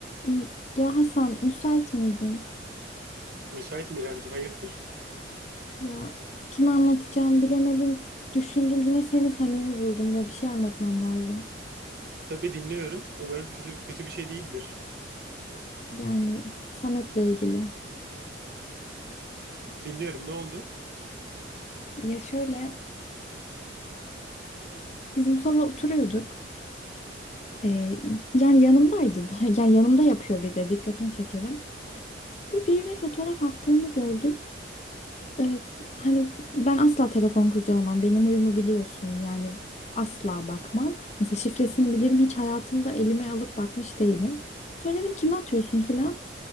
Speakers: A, on the left; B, on the right.
A: Hmm, Ya Hasan müsait miydin?
B: Müsaitim İremciğim, hayırdır?
A: Ya kime anlatacağımı bilemedim. Düşündüm yine seni samimi buldum ya bir şey anlatmam lazım.
B: Tabii dinliyorum. Umarım kötü, kötü bir şey değildir.
A: Yani Samet'le ilgili.
B: Dinliyorum, ne oldu?
A: Ya şöyle biz bu sabah oturuyorduk. Ee, yani yanımdaydı. <laughs> Yani yanımda yapıyor bir de dikkatini çekerim. Böyle birine fotoğraf attığını gördüm. Ee, hani ben asla telefon kurcalamam. Benim huyumu biliyorsun. Yani asla bakmam. Mesela şifresini bilirim. Hiç hayatımda elime alıp bakmış değilim. Sonra dedim kime atıyorsun filan.